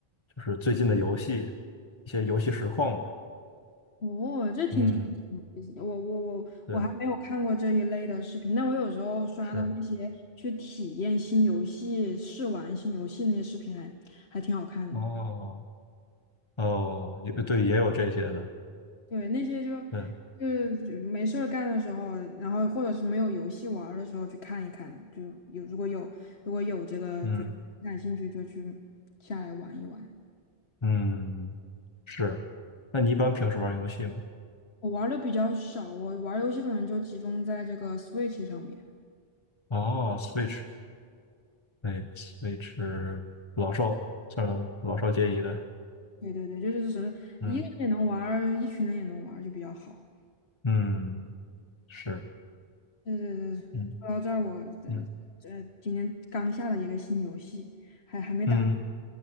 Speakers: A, on the left; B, on the left.
A: 就是最近的游戏，一些游戏实况吧。
B: 哦，这听起来挺有意思的。
A: 嗯，
B: 我我我我还没有看过这一类的视频，
A: 对，
B: 但我有时候刷到那些去体验新游戏、
A: 是，
B: 试玩新游戏那些视频还还挺好看的。
A: 哦，哦，也对，也有这些的，
B: 对，那些就
A: 对，
B: 就没事儿干的时候，然后或者是没有游戏玩儿的时候去看一看，就有如果有如果有这个就感兴趣就去下来玩一玩。
A: 嗯嗯，是。那你一般平时玩游戏吗？
B: 我玩的比较少，我玩儿游戏可能就集中在这个 Switch 上面。
A: 哦，Switch，对，Switch 是老少算了，老少皆宜的，
B: 对对对，就是什么一个人也能玩儿，
A: 嗯
B: 一群人也能玩儿，就比较好。
A: 嗯，是，
B: 对对对，
A: 嗯
B: 说到这儿，我这这今天刚下了一个新游戏，
A: 嗯
B: 还还没打。
A: 嗯，